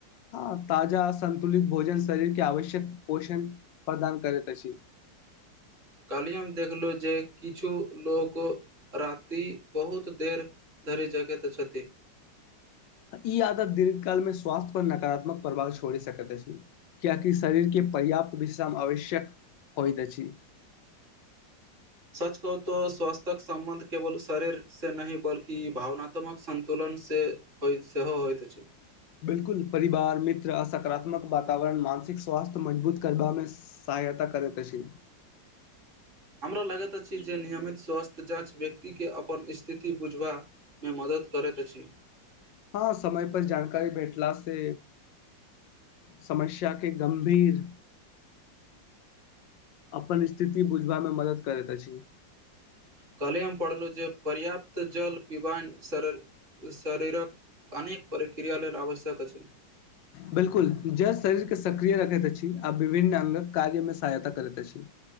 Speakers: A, on the left; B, on the right.
A: हँ ताजा संतुलित भोजन शरीरके आवश्यक पोषण प्रदान करैत अछि।
B: <inaudible> कहलियै हम देखलहु जे किछु लोको राति बहुत देर धरी जगह तऽ छथि।
A: ई आदत दीर्घकाल मे स्वास्थ्य पर नकारात्मक प्रभाव छोड़ि सकैत अछि कियाकि शरीरके पर्याप्त विश्राम आवश्यक होइत अछि।
B: <inaudible> सच कहु त स्वास्थ्य्यक संबन्ध केवल शरीर से नहि बल्कि भावनात्मक संतुलन से होय सेहो होइत अछि।
A: बिलकुल परिवार मित्र आ सकारात्मक वातावरण मानसिक स्वास्थ्य मजबूत करबामे स सहायता करैत अछि
B: <inaudible> हमरा लागैत अछि जे नियमित स्वास्थ्य जाँच व्यक्तिके अपन स्थिति बुझबामे मदद करै <unintelligible> अछि
A: हँ समय पर जानकारी भेठला से समस्या के गंभीर अपन स्थिति बुझबामे मदद करैत अछि
B: कलही हम पढ़लहुँ जे पर्याप्त जल पिबइ शरिर शरीरक अनेक प्रक्रिया लेल आवश्यक अछि
A: बिलकुल जर शरीर के सक्रिय रखैत अछि आ विभिन्न अंगक कार्य में सहायता करैत अछि